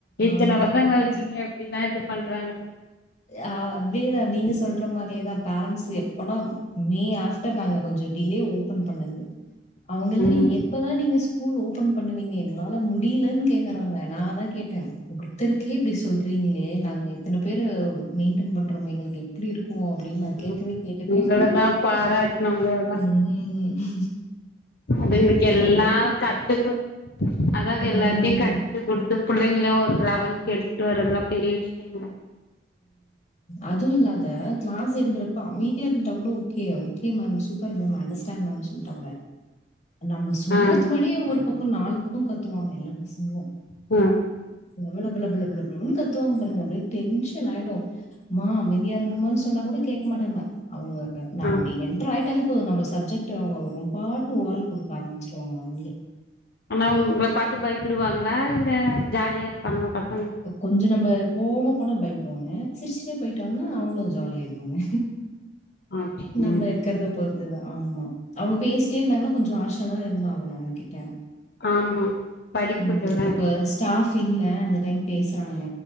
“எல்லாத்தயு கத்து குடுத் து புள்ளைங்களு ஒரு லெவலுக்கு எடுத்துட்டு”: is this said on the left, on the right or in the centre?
Left